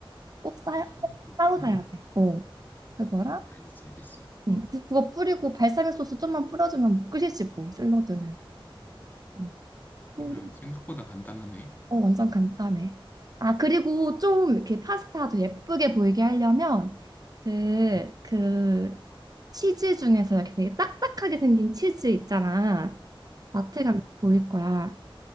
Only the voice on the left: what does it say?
아,
그렇구나.
아, 알겠어, 알겠어.
음,
그러면
생각보다 간단하네.